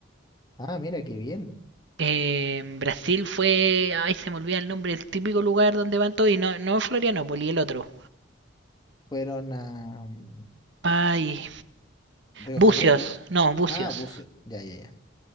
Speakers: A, on the left; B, on the right.
A: Ah, mira, qué bien,
B: Eh, en Brasil fue. Ay, se me olvida el nombre, el típico lugar donde van todos. Y no, no Florianópolis, el otro.
A: fueron a mm,
B: Ay,
A: Río
B: Bucios.
A: Janeiro,
B: No, Bucios.
A: ah, Bucio, ya, ya, ya.